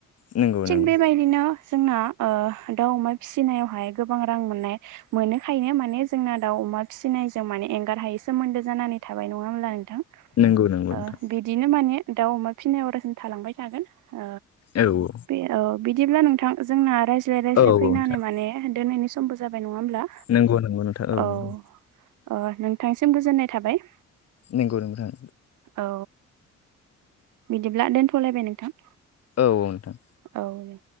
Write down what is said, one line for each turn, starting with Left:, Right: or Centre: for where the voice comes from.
Left: नंगौ
Right: थिग
Left: नंगौ
Right: बेबायदिनो जोंना ओ दाउ, अमा फिसिनायावहाय गोबां रां मोननाय मोनोखायनो माने जोंना दाउ अमा फिसिनायजों माने एंगारहायै सोमोन्दो जानानै थाबाय नङा होमब्ला नोंथां।
Left: नंगौ नंगौ
Right: ओ
Left: नोंथां
Right: बिदिनो माने दाउ अमा फिसिनाया अरयसम थालांबाय थागोन। ओ
Left: औ औ
Right: बे औ बिदिब्ला नोंथां जोंना रायज्लाय रायज्लाय
Left: औ औ
Right: फैनानै
Left: नोंथां
Right: माने दोनायनि समबो जाबाय नङा होमब्ला
Left: नंगौ नंगौ नोंथां
Right: औ
Left: नंगौ
Right: अ नोंथांसिम गोजोननाय थाबाय।
Left: नंगौ नोंथां
Right: औ बिदिब्ला दोनथ'लायबाय नोंथां।
Left: औ नोंथां
Right: औ दे